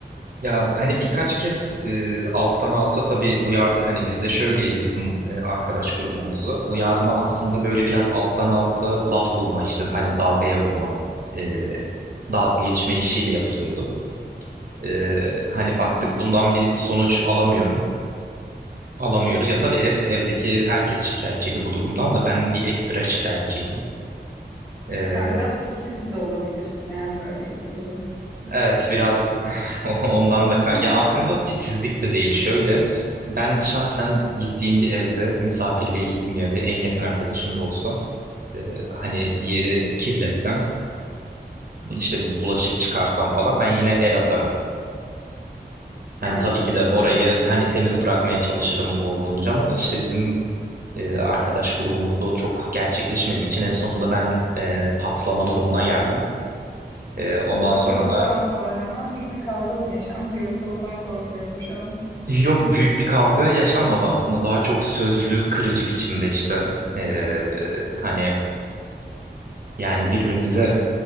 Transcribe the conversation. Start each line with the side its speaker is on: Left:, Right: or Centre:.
Right: ya hani birkaç kez e, alttan alta tabii uyardık. Hani bizde şöyleydi bizim e, arkadaş grubumuzda. Uyarma aslında böyle biraz alttan alta laf vurma işte hani dalgaya vurma, e, dalga geçme işiyle yapılıyordu. Ee, hani baktık
Left: Hı.
Right: bundan bir sonuç alamıyorum. Alamıyoruz. Ya tabii ev evdeki herkes şikayetçiydi bu durumdan da ben bir ekstra şikayetçiydim. Ee,
Left: Sen biraz titiz de olabilirsin eğer böyleyse durum.
Right: evet biraz <laughs> ondan da
Left: <laughs>
Right: kay- ya aslında titizlik de değil şöyle. Ben şahsen gittiğim bir evde, misafirliğe gittiğim bir evde en yakın arkadaşım da olsa e, hani bir yeri kirletsem, işte bir bulaşık çıkarsam falan ben yine el atarım. Hani
Left: Yani
Right: tabii
Left: tabii
Right: ki de orayı
Left: ki.
Right: hani temiz bırakmaya çalışırım olduğunca ama işte bizim E, arkadaş grubumuzda o çok gerçekleşmediği için en sonunda ben e, patlama durumuna geldim. E, ondan
Left: Patladıktan
Right: sonra da
Left: sonra büyük bir kavga mı yaşandı yoksa ondan korkuyorum şu an.
Right: <laughs> yok büyük bir kavga yaşanmadı aslında. Daha çok sözlü, kırıcı biçimde işte. E, hani yani birbirimize